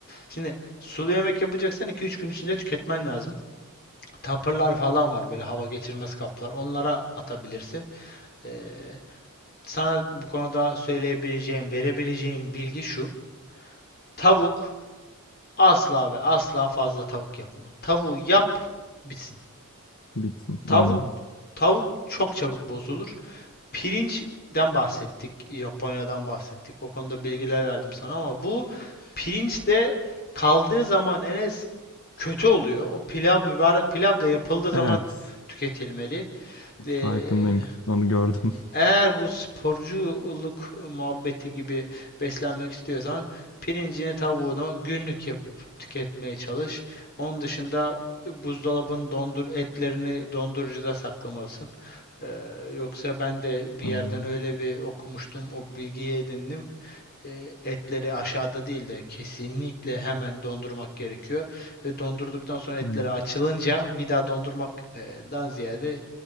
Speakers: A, on the left; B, on the left.
A: Şimdi sulu yemek yapacaksan iki üç gün içinde tüketmen lazım. tapırlar falan var böyle hava geçirmez kaplar. Onlara atabilirsin. Ee, sana bu konuda söyleyebileceğim, verebileceğim bilgi şu. Tavuk asla ve asla fazla tavuk yapma. Tavuğu yap bitsin.
B: Bitsin.
A: Tavuk
B: Anladım.
A: Tavuk çok çabuk bozulur. Pirinçten bahsettik, Japonya'dan bahsettik. O konuda bilgiler verdim sana ama bu pirinç de kaldığı zaman Enes kötü oluyor. O pilav, mübarek pilav da yapıldığı zaman
B: Evet.
A: tüketilmeli. Ee,
B: Farkındayım. Onu gördüm. <laughs>
A: eğer bu sporculuk muhabbeti gibi beslenmek istiyorsan pirincini, tavuğunu günlük yapıp tüketmeye çalış. Onun dışında buzdolabın dondur etlerini dondurucuda saklamalısın. Eee, yoksa ben de bir
B: Tamam.
A: yerden öyle bir okumuştum, o bilgiyi edindim. Eee, etleri aşağıda değil de kesinlikle hemen dondurmak gerekiyor. Ve dondurduktan sonra etleri
B: Hmm.
A: açılınca bir daha dondurmaktan ziyade